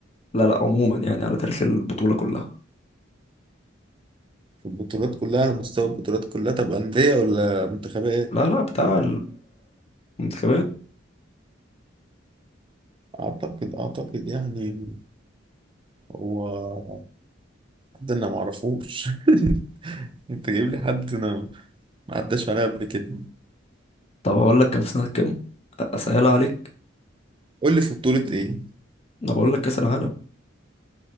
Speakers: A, on the left; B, on the right.
A: لا لا عموما يعني على تاريخ البطولة كلها
B: في البطولات كلها على مستوى البطولات كلها طب أندية ولا منتخبات؟
A: لا لا بتاع المنتخبات
B: أعتقد أعتقد يعني هو ده انا معرفوش <laughs> انت جايب لي حد انا ما عداش عليا قبل كده
A: طب هقول لك كان في سنة كام أ- أسهل عليك
B: قول لي في بطولة ايه
A: أنا بقول لك كأس العالم